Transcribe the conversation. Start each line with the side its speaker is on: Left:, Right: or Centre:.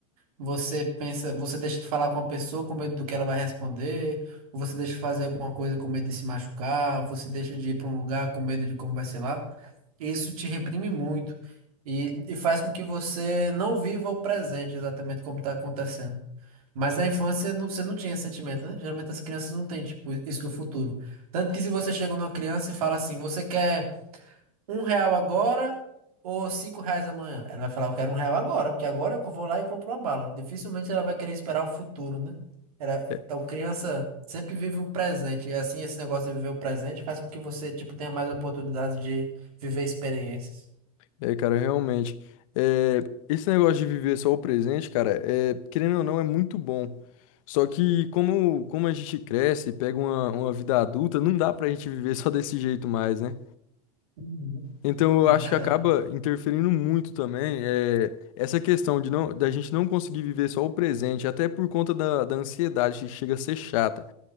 Right: você pensa, você deixa de falar com a pessoa com medo do que ela vai responder, ou você deixa de fazer alguma coisa com medo de se machucar, ou você deixa de ir para um lugar com medo de como vai ser lá. Isso te reprime muito e, e faz com que você não viva o presente exatamente como está acontecendo. Mas na infância não- você não tinha esse sentimento, né? Geralmente as crianças não têm, tipo, isso do futuro. Tanto que se você chega numa criança e fala assim, você quer um real agora ou cinco reais amanhã? Ela vai falar, eu quero um real agora, porque agora eu vou lá e compro uma bala. Dificilmente ela vai querer esperar o futuro, né? Ela-
Left: É,
Right: então criança sempre vive o presente. E assim, esse negócio de viver o presente faz com que você, tipo, tenha mais oportunidades de viver experiências.
Left: é, cara, realmente. É, esse negócio de viver só o presente, cara, é, querendo ou não, é muito bom. Só que como, como a gente cresce e pega uma, uma vida adulta, não dá pra gente viver <laughs> só desse jeito mais, né?
Right: Uhum.
Left: Então eu
Right: É
Left: acho
Right: verdade.
Left: que acaba interferindo muito também é, essa questão de não, da gente não conseguir viver só o presente, até por conta da, da ansiedade que chega a ser chata.